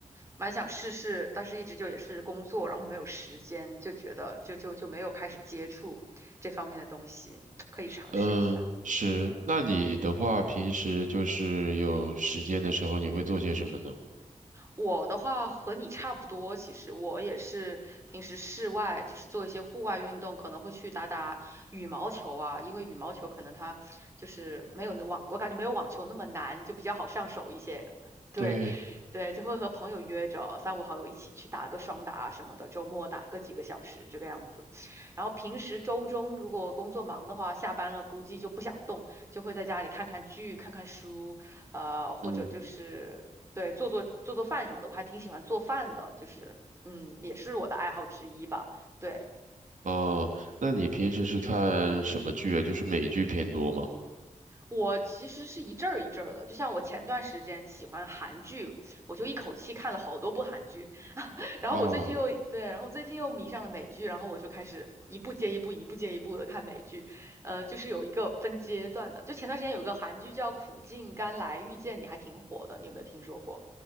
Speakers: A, on the right; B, on the right.
A: 蛮想试试，但是一直就也是工作，然后没有时间，就觉得就就就没有开始接触这方面的东西，可以尝试一下。
B: 嗯，是。那你的话，平时就是有时间的时候，你会做些什么呢？
A: 我的话和你差不多，其实我也是平时室外就是做一些户外运动，可能会去打打羽毛球啊，因为羽毛球可能它就是没有那网，我感觉没有网球那么难，就比较好上手一些。<laughs> 对，
B: 对，
A: 对，就会和朋友约着三五好友一起去打个双打啊什么的，周末打个几个小时这个样子。然后平时周中如果工作忙的话，下班了估计就不想动，就会在家里看看剧、看看书，呃，或者就是对，
B: 嗯，
A: 做做做做饭什么的，我还挺喜欢做饭的，就是嗯，也是我的爱好之一吧。对，
B: 哦，那你平时是看什么剧啊？就是美剧偏多吗？
A: 我其实是一阵儿一阵儿的，就像我前段时间喜欢韩剧，我就一口气看了好多部韩剧，<laughs> 然后我最近又对，
B: 啊
A: 然后最近又迷上了美剧，然后我就开始一部接一部，一部接一部的看美剧，呃，就是有一个分阶段的。就前段时间有个韩剧叫《苦尽甘来遇见你》，还挺火的，你有没有听说过？